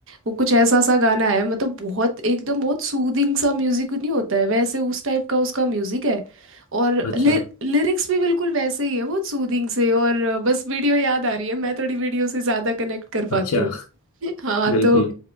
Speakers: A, on the right; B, on the left.
A: वो कुछ ऐसा सा गाना है मतलब बहुत एकदम बहुत सूदिंग सा म्यूजिक नहीं होता है वैसे उस टाइप का उसका म्यूजिक है और
B: अच्छा
A: लि, लिरिक्स भी बिल्कुल वैसे ही है बहुत सूदिंग से और बस वीडियो याद आ रही है मैं थोड़ी वीडियो से ज़्यादा कनेक्ट कर
B: अच्छा
A: पाती हूँ हाँ
B: बिल्कुल
A: तो